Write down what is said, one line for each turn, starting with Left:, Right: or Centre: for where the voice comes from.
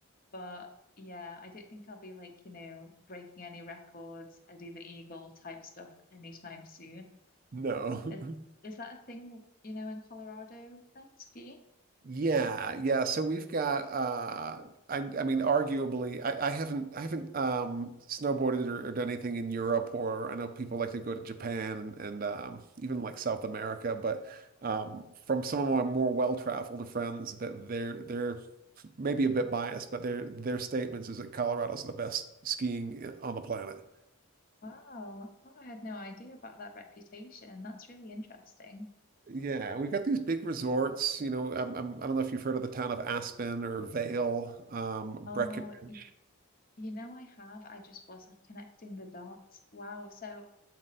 Left: But yeah, I don't think I'll be like, you know, breaking any records. I do the eagle type stuff anytime soon.
Right: No.
Left: Is
Right: <laughs>
Left: is that a thing, you know, in Colorado then skiing?
Right: Yeah, yeah. So we've got uh I I mean arguably I, I haven't I haven't um snowboarded or, or done anything in Europe or I know people like to go to Japan and, and um even like South America, but um from some of my more well-traveled friends that they're they're maybe a bit biased, but their their statements is that Colorado's the best skiing i- on the planet.
Left: Wow. Oh, I had no idea about that reputation. That's really interesting.
Right: Yeah, we've got these big resorts, you know, I'm, I'm, I don't know if you've heard of the town of Aspen or Vail, um, Breckenridge.
Left: Oh, y you know, I have. I just wasn't connecting the dots. Wow. So